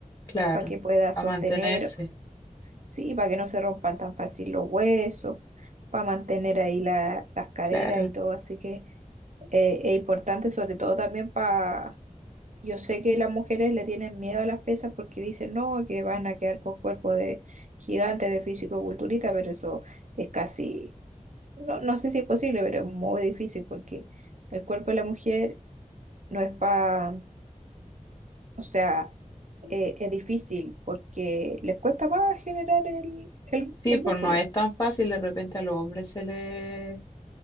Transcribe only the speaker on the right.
que pueda
sostener,
sí, para que no se rompan tan fácil los huesos, para mantener ahí la- las caderas
y todo, así que... eh, es importante, sobre todo también para... Yo sé que las mujeres le tienen miedo a las pesas porque dicen, no, que van a quedar con cuerpo de gigante, de físico-culturista, pero eso es casi, no, no sé si es posible, pero es muy difícil porque el cuerpo de la mujer no es para, o sea, eh, es difícil porque les cuesta más generar el, el,
el
músculo.